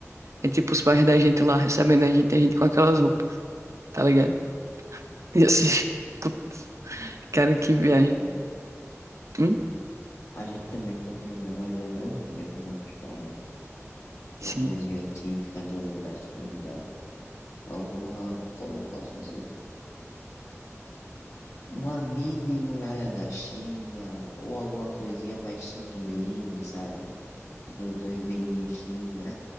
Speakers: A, on the right (about 70°); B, on the left (about 85°).
A: É tipo os pais da gente lá recebendo a gente, a gente com aquelas roupas, tá ligado? E assim, <laughs> put- cara,
B: Seria
A: que viagem.
B: bacana.
A: Hum?
B: A gente também pode ver umas lembrancinhas para nossos pais, né? uma
A: Sim.
B: coisinha típica do, da China, alguma, como eu posso dizer, uma mini muralha da China, ou alguma coisinha mais xing-ling, sabe? Do, do Made in China.